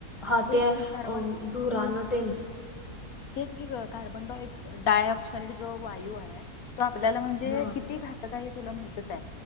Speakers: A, on the left; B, on the left.
A: हा
B: तेच
A: ते
B: की कार्बन
A: अ धुरान तेन
B: हेच की कार्बन डा डाय ऑक्साइड जो वायू आहे तो आपल्याला म्हण ते
A: ना
B: किती घातक आहे हे तुला माहित आहे